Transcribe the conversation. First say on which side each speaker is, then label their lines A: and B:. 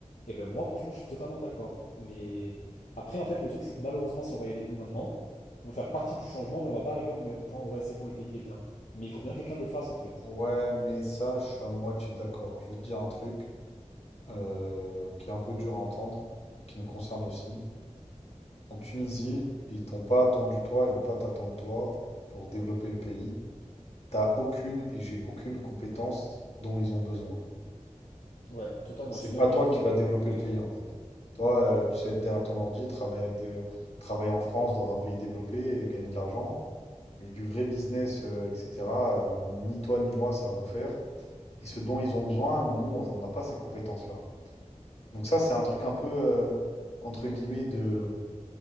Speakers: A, on the left; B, on the left.
A: Et ben moi franchement je suis totalement d'accord. Mais après en fait le truc c'est que malheureusement si on va y aller nous maintenant, on va faire partie du changement mais on va pas arriver en même temps ouais c'est bon le pays il est bien. Mais il faut bien que quelqu'un le fasse en fait.
B: Ouais, mais ça, je suis à moitié d'accord. Je vais te dire un truc. euh, qui est un peu dur à entendre et qui me concerne aussi. En Tunisie, ils t'ont pas attendu toi, ils vont pas t'attendre toi pour développer le pays. T'as aucune et j'ai aucune compétence dont ils ont besoin.
A: Ouais, totalement,
B: C'est
A: ils sont même
B: pas toi
A: mieux que
B: qui
A: nous,
B: vas développer
A: hein, notre
B: le pays en fait. Toi, euh, tu sais être derrière ton ordi, travailler avec des... travailler en France dans un pays développé et gagner de l'argent. Mais du vrai business, euh, etc., euh, ni toi ni moi savons faire. Et ce dont ils ont besoin, nous, on on n'a pas ces compétences-là. Donc ça, c'est un truc un peu, euh, entre guillemets, de,